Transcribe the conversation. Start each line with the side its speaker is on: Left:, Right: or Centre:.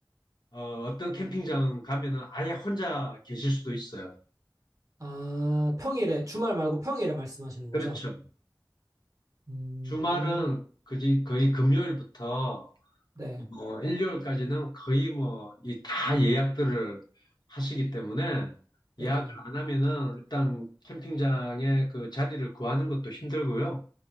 Left: 어, 떤 캠핑장 가면은 아예 혼자 계실 수도 있어요.
Right: 아, 평일에, 주말 말고 평일에 말씀하시는
Left: 그렇죠.
Right: 거죠? 음,
Left: 주말은 그지 거의 금요일부터
Right: 네,
Left: 어, 일요일까지는 거의 뭐 이 다 예약들을 하시기 때문에
Right: 네,
Left: 예약을 안 하면은 일단 캠핑장에 그 자리를 구하는 것도 힘들고요.